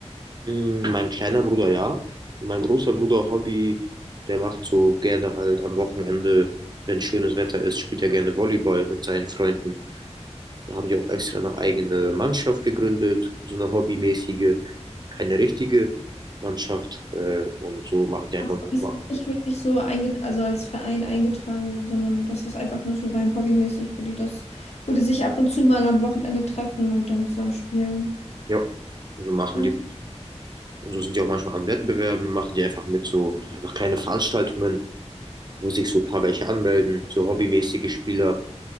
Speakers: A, on the right; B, on the left.
A: Hm, Mein kleiner Bruder, ja. Mein großer Bruder, Hobby, der macht so gerne halt am Wochenende, wenn schönes Wetter ist, spielt er gerne Volleyball mit seinen Freunden. Da habe ich auch extra eine eigene Mannschaft gegründet, so eine hobbymäßige, keine richtige Mannschaft. Äh, und so machen die einfach
B: Ach so,
A: manchmal.
B: die ist jetzt nicht wirklich so einge also als Verein eingetragen, sondern das ist einfach nur so rein hobbymäßig, wo die das, wo die sich ab und zu mal am Wochenende treffen und dann zusammen spielen.
A: Ja, so machen
B: Ach,
A: die. Und so sind die auch manchmal an Wettbewerben, machen die einfach mit so einfach kleine Veranstaltungen. wo sich so ein paar welche anmelden, so hobbymäßige Spieler.